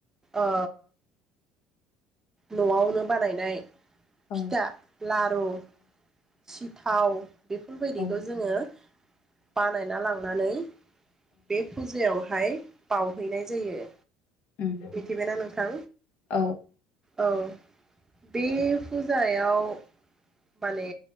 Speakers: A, on the right; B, on the left.
A: ओ न'आवनो बानायनाय
B: औ
A: फिथा लारु सिथाव बेफोरबायदिखौ
B: औ
A: जोङो बानायना लांनानै बे फुजायावहाय बावहैनाय जायो
B: उम
A: मिथिबायना नोंथां।
B: औ
A: औ बे फुजायाव माने